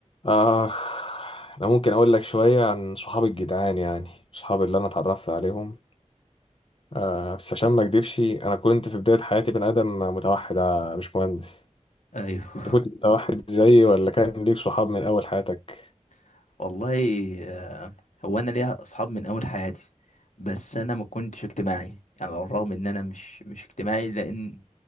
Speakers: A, on the left (about 45°); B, on the left (about 75°).
A: اخ انا ممكن اقول لك شويه عن صحابي الجدعان يعني صحابي اللي انا اتعرفت عليهم أه بس عشان ما اكدبش انا كنت في بدايه حياتي بني ادم متوحد آه، مش مهندس
B: ايوه
A: انت كنت متوحد زيي ولا كان ليك صحاب من اول حياتك
B: <laughs> والله آه، هو انا ليا اصحاب من اول حياتي بس انا ما كنتش اجتماعي يعني على الرغم ان انا مش مش اجتماعي لان